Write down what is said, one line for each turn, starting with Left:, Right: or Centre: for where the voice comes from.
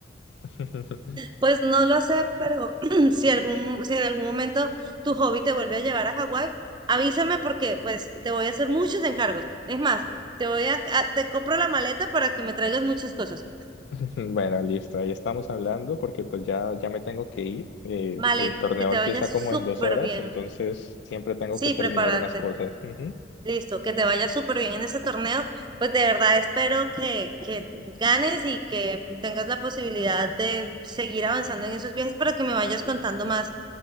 Left: <laughs>
Right: Pues no lo sé, pero <clears throat> si algún, si en algún momento tu hobby te vuelve a llevar a Hawái, avísame porque pues te voy a hacer muchos encargos. Es más, te voy a, a- te compro la maleta para que me traigas muchas cosas.
Left: <laughs> Bueno, listo, ahí estamos hablando porque pues ya, ya me tengo que ir. eh,
Right: Vale,
Left: el torneo
Right: que te
Left: empieza
Right: vaya súper
Left: como en dos horas,
Right: bien.
Left: entonces siempre tengo
Right: Sí,
Left: que terminar
Right: prepárate.
Left: unas cosas. Ujú.
Right: Listo, que te vaya súper bien en ese torneo. Pues de verdad espero que, que ganes y que tengas la posibilidad de seguir avanzando en esos viajes para que me vayas contando más